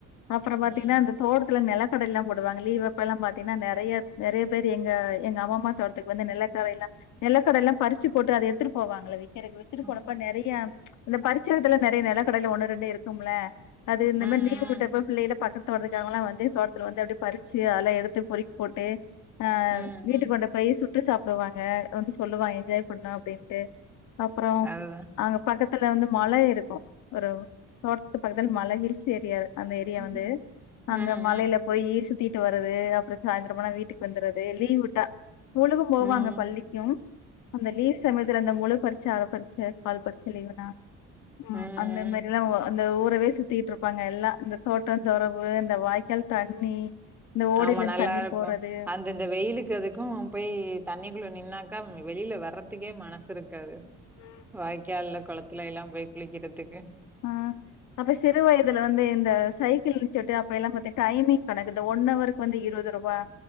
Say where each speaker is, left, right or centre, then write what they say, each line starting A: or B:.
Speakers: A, on the left; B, in the centre.
A: அப்புறம்
B: ம்,
A: பாத்தீங்கன்னா
B: ம்,
A: அந்த தோட்டத்துல நெல கடல எல்லாம் போடுவாங்க லீவ் அப்பெல்லா பாத்தீனா நெறயா நெறயா பேர் எங்க எங்க அம்மம்மா தோட்டத்துக்கு வந்து நெலகட எல்லா நெலக்கட எல்லாம் பறிச்சு போட்டு அத எடுத்துட்டு போவாங்கல்ல வீ எனக்கு வித்துட்டு
B: ம்,
A: போறப்ப நெறயா ப்ச் அந்த பறிச்ச எடத்துல நெறய நில கடல ஒண்ணு ரெண்டு இருக்கும்ல்ல அது இந்தமாரி
B: ம்,
A: லீவு விட்டப்ப பிள்ளைகல பக்கத்து தோட்டத்துக்காரங்கல்லா வந்து தோட்டத்துல வந்து அப்படியே பறிச்சு அதல்லா எடுத்து பொறுக்கி போட்டு ஆஹ்
B: ம்,
A: வீட்டுக்கு
B: ம்.
A: வந்த பையை சுட்டு சாப் போடுவாங்க வந்து சொல்லுவாங்க என்ஜாய் பண்ணோ அப்படின்ட்டு அப்புறம்
B: அதுதான்.
A: அங்க பக்கத் துல வந்து மழை இருக்கு ஒரு தோட்டத்து பக்கத்தில்ல மல ஹில்ஸ் ஏரியா அந்த ஏரியா
B: ம்,
A: வந்து
B: ம்,
A: அங்க மலையில போய் ஈர் சுத்தி விட்டு வர்ரது அப்புறோ சாயந்திரமான வீட்டுக்கு வந்திறது லீவ் விட் டா ஸ்கூலுக்கும் போவாங்க
B: ம், ம்,
A: பள்ளிக்கும் அந்த லீவ் சமயத்துல அந்த முழு பறி ச்ச பறிச்ச கால் பறிச்ச லீவ்னா உம்
B: ம்.
A: அந்த மாரிலா ஒ அந்த ஊரவே சுத் திட்டு இருப்பாங்க எல்லாம் இந்த தோட்டம் தொறவு இந்த வாய்க்கால் தண்ணி இந்த ஓடையிலருந்து
B: ஆமா நல்லா
A: தண்ணி
B: இருக்கு
A: போறது
B: அந்த இந்த வெயிலுக்கு அதுக்கும் போய் தண்ணிக்குள்ள நின்னா க்க வெளியில வர்றதுக்கே மனசு இருக்காது
A: ம்
B: வாய்க்கால்ல குளத்துல எல்லாம் போய் குளிக்கிறதுக்கு
A: ஆஹ் அப்ப சிறு வயதுல வந்து இந்த சைக்கிள்ச்சுட்டு அப்ப எல்லாம் பாத்தீங்க டைமிங் கணக்குது ஒன் ஹவர்க்கு வந்து இருபது ரூபா